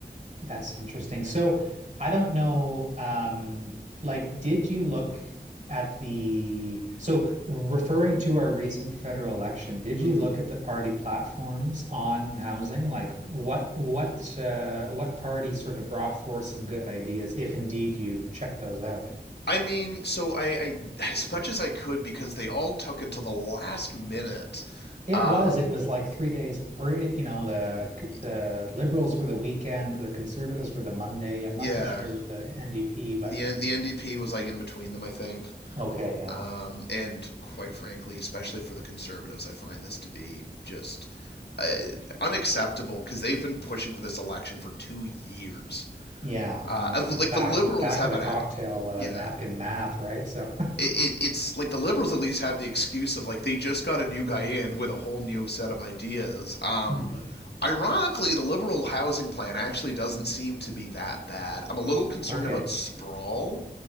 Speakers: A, on the right; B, on the left.
A: That's interesting. So I don't know, um, like, did you look at the, so referring to our recent federal election, did
B: mm-hmm.
A: you look at the party platforms on housing? Like what, what, uh, what party sort of brought forth some good ideas, if indeed you checked those out?
B: I mean, so I, I as much as I could because they all took until the last minute.
A: It
B: Um,
A: was, it was like three days for it, you know, the
B: y-
A: the Liberals were the weekend, the Conservatives were the Monday. I'm
B: yeah,
A: not too sure with the NDP, but
B: the N- the NDP was like in between them, I think.
A: okay, yeah.
B: Um, and quite frankly, especially for the conservatives, I find this to be just uh, unacceptable because they've been pushing for this election for two years.
A: Yeah,
B: Uh,
A: and like
B: like
A: back
B: the liberals
A: back
B: have
A: of the
B: an,
A: cocktail
B: ac-
A: uh,
B: Yeah,
A: napkin math, right? So
B: it, it it's like the liberals at least have the excuse of like they just got a new guy in with a whole new set of ideas.
A: <laughs>
B: Um
A: Mhm.
B: Ironically, the liberal housing plan actually doesn't seem to be that bad. I'm a little concerned
A: okay,
B: about sprawl